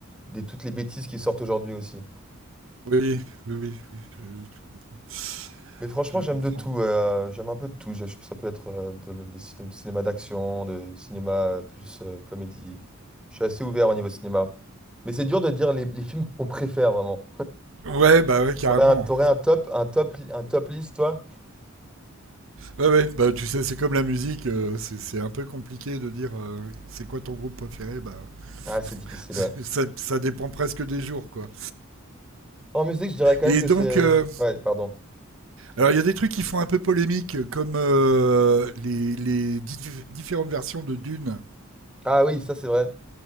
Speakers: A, in the centre; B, on the right.
A: des toutes les bêtises qui sortent aujourd'hui aussi.
B: Oui, oui, oui, oui, je,
A: Mais franchement,
B: je
A: j'aime
B: comprends.
A: de tout. euh, j'aime un peu de tout. Je- Ça peut être euh, de, le- des ciné- du cinéma d'action, de- du cinéma euh, plus euh, comédie. Je suis assez ouvert au niveau cinéma. Mais c'est dur de dire les, les films qu'on préfère vraiment.
B: Ouais, bah ouais, carrément.
A: T'aurais un, t'aurais un top, un top, un top list, toi?
B: Ouais, ouais, bah tu sais, c'est comme la musique, euh, c'est, c'est un peu compliqué de dire euh, c'est quoi ton groupe préféré, bah
A: Ah, c'est difficile,
B: <laughs>
A: ouais.
B: Ça, ça, dépend presque des jours, quoi.
A: En musique, je dirais quand
B: Et
A: même que
B: donc,
A: c'est...
B: euh,
A: Ouais, pardon.
B: alors il y a des trucs qui font un peu polémique, comme euh, les, les diff- différentes versions de Dune.
A: Ah oui, ça c'est vrai.